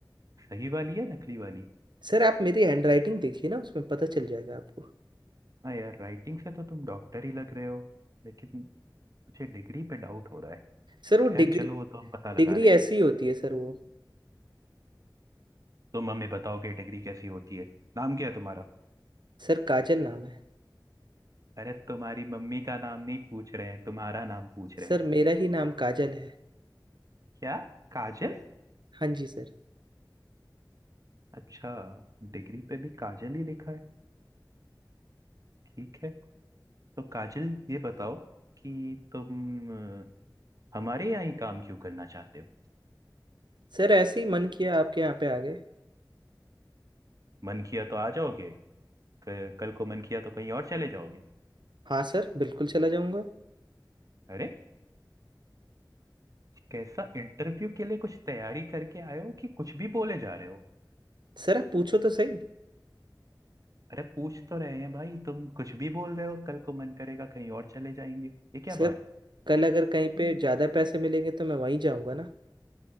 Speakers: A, on the right (about 50°); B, on the right (about 75°).
A: सही वाली या नकली वाली
B: सर आप मेरी हैंडराइटिंग देखिए ना उसमें पता चल जाएगा आपको
A: हाँ यार राइटिंग से तो तुम डॉक्टर ही लग रहे हो लेकिन मुझे डिग्री पे डाउट हो रहा है
B: सर वो
A: खैर
B: डिग्री
A: चलो वो तो हम पता लगा
B: डिग्री
A: लेंगे
B: ऐसी होती है सर वो
A: तुम हमें बताओगे डिग्री कैसी होती है नाम क्या है तुम्हारा
B: सर काजल नाम है
A: अरे तुम्हारी मम्मी का नाम नहीं पूछ रहे हैं तुम्हारा नाम पूछ रहे
B: सर
A: हैं
B: मेरा ही नाम काजल है
A: क्या काजल
B: हाँ जी सर
A: अच्छा डिग्री पे भी काजल ही लिखा है ठीक है तो काजल ये बताओ कि तुम अ, हमारे यहाँ ही काम क्यों करना चाहते हो
B: सर ऐसे ही मन किया आपके यहाँ पे आ गए
A: मन किया तो आ जाओगे क- कल को मन किया तो कहीं और चले जाओगे
B: हाँ सर बिल्कुल चला जाऊँगा
A: अरे कैसा इंटरव्यू के लिए कुछ तैयारी करके आए हो कि कुछ भी बोले जा रहे हो
B: सर आप पूछो तो सही
A: अरे पूछ तो रहे हैं भाई तुम कुछ भी बोल रहे हो कल को मन करेगा कहीं और चले जाएंगे ये क्या
B: सर
A: बात है
B: कल अगर कहीं पे ज्यादा पैसे मिलेंगे तो मैं वहीं जाऊंगा ना